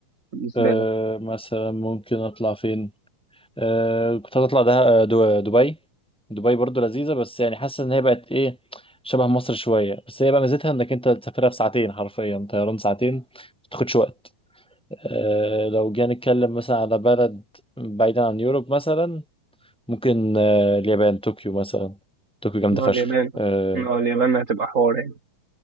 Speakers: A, on the right; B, in the centre.
A: بالنسبة
B: آه
A: لك
B: مثلا ممكن اطلع فين آه كنت هطلع ده آه، دو- دبي دبي برضو لذيذه بس يعني حاسس ان هي بقت ايه شبه مصر شويه بس هي بقى ميزتها انك انت تسافرها في ساعتين حرفيا طيران ساعتين ما تاخدش وقت آه لو جينا نتكلم مثلا على بلد بعيدا عن يوروب مثلا ممكن آه اليابان طوكيو مثلا طوكيو جامده
A: ما
B: فشخ
A: هو اليابان
B: آه
A: ما هو اليابان هتبقى حوار يعني